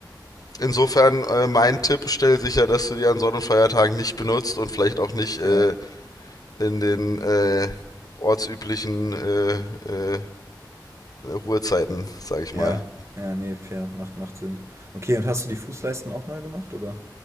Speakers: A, on the left; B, on the right.
A: insofern äh, mein Tipp, stell sicher, dass du die an Sonn- und Feiertagen nicht benutzt und vielleicht auch nicht
B: fair.
A: äh, in den äh, ortsüblichen äh, äh, Ruhezeiten, sag ich
B: Ja,
A: mal.
B: ja, nee, fair, macht, macht Sinn. Okay, und hast du die Fußleisten auch neu gemacht, oder?